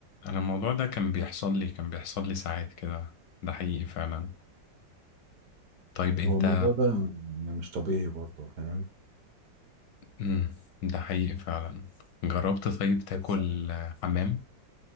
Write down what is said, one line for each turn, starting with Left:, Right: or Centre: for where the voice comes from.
Left: أنا الموضوع ده كان بيحصل لي كان بيحصل لي ساعات كده ده حقيقي فعلا طيب أنت
Right: هو الموضوع ده يعني مش طبيعي برضه فاهم
Left: مم. ده حقيقي فعلا جربت طيب تاكل
Right: بس
Left: آه، حمام